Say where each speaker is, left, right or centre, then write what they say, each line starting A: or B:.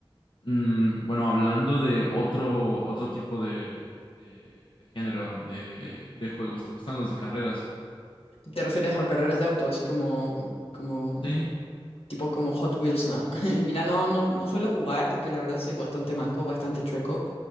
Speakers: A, on the left; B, on the left.
A: Mm, bueno, hablando de otro, otro tipo de, de- de género de, de juegos, ¿te gustan los de carreras?
B: Te refieres a carreras de auto, así como, como,
A: Sí,
B: tipo como Hot Wheels, ¿no? <laughs> Mira, no, no, no suelo jugar porque la verdad soy bastante manco, bastante chueco.